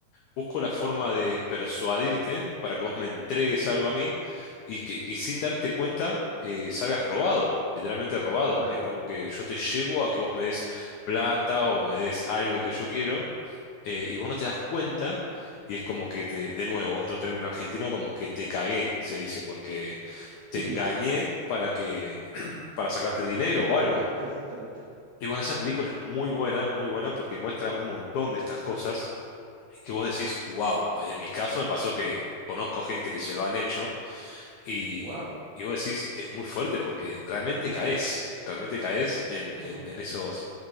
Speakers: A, on the left; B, on the right.
A: busco
B: ujú,
A: la forma de persuadirte para que vos me entregues algo a mí y que, que sin darte cuenta eh, salgas robado, literalmente robado.
B: claro,
A: Es como que yo te llevo a que vos me des plata o me des algo que yo quiero eh, y vos no te das cuenta y es como que te, de nuevo, otro término argentino, como que te cagué, se dice, porque
B: sí,
A: te engañé
B: sí.
A: para que, <clears throat>
B: ujú,
A: para sacarte dinero
B: Para
A: o
B: que
A: algo.
B: eso, exactamente.
A: Y bueno, esa película es muy buena, muy buena porque muestra un montón de estas cosas que vos decís, wow, en mi caso me pasó que conozco gente que se lo han hecho y,
B: Wow.
A: y vos decís, es muy fuerte porque realmente caes, realmente caes en,
B: Ujú,
A: en, en esos,